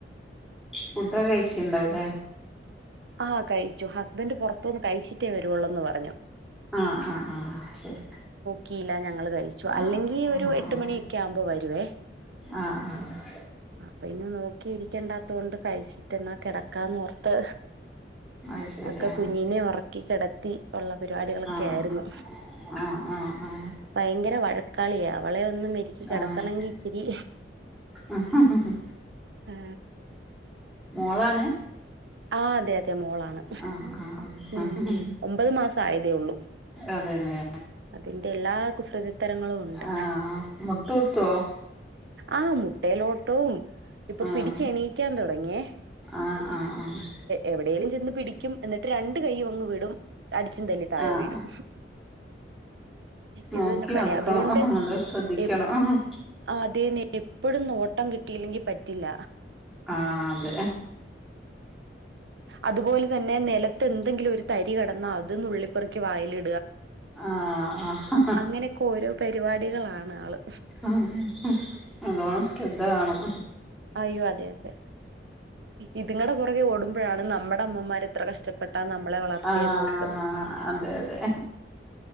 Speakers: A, in the centre; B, on the right.
A: ഫുഡൊ കെഴ്ചിണ്ടാവുലേ
B: ആഹ് കഴിച്ചു ഹസ്ബൻ്റ് പൊറത്തുന്ന് കഴിച്ചിട്ടേ വരുവൊള്ളൂന്ന് പറഞ്ഞു.
A: ആ ആ ആ ശരി
B: കീല ഞങ്ങള് കഴിച്ചു അല്ലെങ്കി
A: ആ ആ
B: ഒരു എട്ടുമണി
A: ആ
B: ഒക്കെ ആവുമ്പൊ വരുവെ
A: ആഹ് ആഹ്
B: <unintelligible> ഇക്കിരിക്കെണ്ടാത്തോണ്ട് കഴിച്ചിട്ട് ന്നാ കെടക്കാൻ ന്ന് ഓർത്ത്
A: അത് ശരി
B: ഒക്കെ
A: ആഹ്
B: കുഞ്ഞിനെ ഒറക്കി കെടത്ത് തി <unintelligible> ഒള്ള പരിപാടികളൊക്കെ
A: ആഹ്
B: ആയിരുന്നു
A: ആഹ് ആഹ്
B: വയങ്കര വഴക് കളിയാവള് ഒന്ന് മെരുക്കി കടത്തണെങ്കി
A: ആഹ്
B: ഇച്ചിരി
A: ആഹ്
B: ഉം
A: മോളാണ്
B: ആ ഏതെ മോളാണ്
A: ആഹ് ആഹ്
B: ഉം
A: ആഹ്
B: ഒമ്പത് മാസായതേ ഒള്ളു
A: അതന്നെ
B: അതിൻ്റെ എല്ലാ കുസൃതിത്തരങ്ങള് ഒണ്ട്
A: ആഹ് മുട്ടുകുത്തുവോ
B: ആ മുട്ടേലോട്ടും ഇപ്പൊ
A: ആഹ്
B: പിടിച്ചെണീക്കാൻ തൊടങ്ങ്യെ
A: ആഹ് ആഹ് ആഹ്
B: എവടേലും ചെന്ന് പിടിക്കും എന്ന് രണ്ട് കൈയും ഒന്ന് വിടും അടിച്ചും തല്ലി താളെ
A: ആഹ്
B: വീഴും
A: നോക്കി
B: ഇത് തന്നെ പണി
A: നടക്കണം
B: അത് ഒണ്ട്
A: നല്ലോം ശ്രദ്ധിക്കണം
B: എപ്
A: ആഹ്
B: ആ തേനെ <unintelligible> ഇവിടുന്നു ഓട്ടം കിട്ടീലെങ്കി പെട്ട് ഇല്ല
A: ആ അതെ
B: അതുപോലെതന്നെ നെലത്തെന്തെങ്കിലും ഒരു തരികെടന്ന അത് നുള്ളി പെറുക്കി വായിലി
A: ആഹ
B: അങ്ങനെയൊക്കെ ഓരോ പരിപാടികളാണ് ആള്
A: ആഹ്ഹ്ഹ് നല്ലോണം ശ്രദ്ധവേണും
B: അയ്യോ അതെ അതെ ഇതുങ്ങളുടെ പുറകെ ഓടുഴാണ് നമ്മൾടെ നമ്മൾടെ അമ്മമ്മരെ എത്ര കഷ്ടപ്പെട്ടാ നമ്മളെ വളർത്തിയെന്ന്
A: ആഹ്
B: ഓർക്കുന്ന്
A: അതെ അതെ